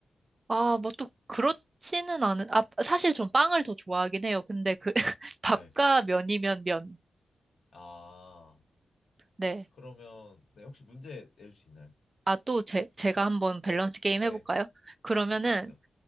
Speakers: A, on the right (about 35°); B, on the left (about 75°).
A: 아, 뭐 또 그렇지는 않은, 아, 사실 전 빵을 더 좋아하긴 해요. 근데 그, <laughs> 밥과
B: 네.
A: 면이면 면.
B: 아,
A: 네.
B: 그러면, 네, 혹시 문제 내줄 수 있나요?
A: 아, 또 제, 제가 한번 밸런스
B: 네,
A: 게임
B: 네,
A: 해볼까요? 그러면은,
B: 네, 좋습니다.